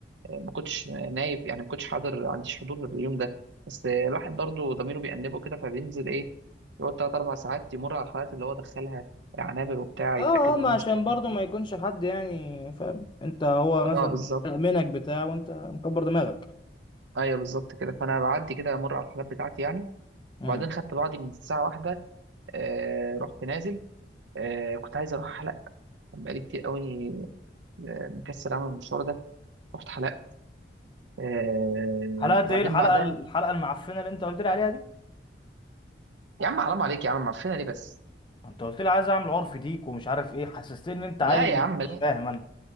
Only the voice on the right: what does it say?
آه ما كنتش نايب يعني ما كنتش حاضر ما عنديش حضور اليوم ده بس آه الواحد برضه ضميره بيأنبه كده فبينزل ايه يقعد ثلاث اربع ساعات يمر على الحالات اللي هو دخلها العنابر وبتاع
يتأكد
ان
هم
صحيين
كويس.
اه بالظبط
ايوه بالظبط كده فانا بعدي كده امر على الحالات بتاعتي يعني
وبعدين خدت بعضي من الساعه واحدة آه رحت نازل آه كنت عايز اروح حلق بقالي كتير قوي آه مكسل اعمل المشوار ده رحت حلق آه
وبعدين
بعدها
يا عم حرام عليك يا عم معفنه ليه بس
لا
يا عم لا